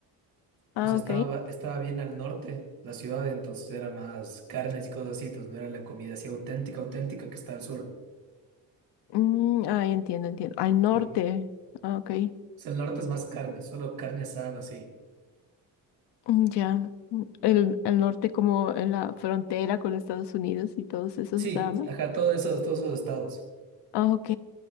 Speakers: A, on the left; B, on the right.
A: Ah,
B: O sea, estaba,
A: ok.
B: estaba bien al norte la ciudad, entonces era más carnes y cosas así, entonces no era la comida así auténtica, auténtica que está al sur.
A: Mm, ah, entiendo, entiendo. Al norte.
B: Y, o
A: Ah, ok.
B: sea, el norte es más carne, solo carne asada, sí.
A: Mm, Ya. Mm, El, el norte como en la frontera con los Estados Unidos y todos esos
B: Sí,
A: dramas.
B: ajá, todos esos, todos esos estados.
A: Ah, Ok.